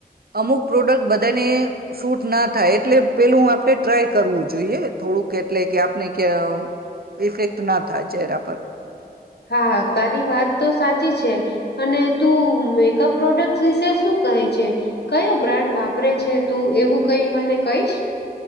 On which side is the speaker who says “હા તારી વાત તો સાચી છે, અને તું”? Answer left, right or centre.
Left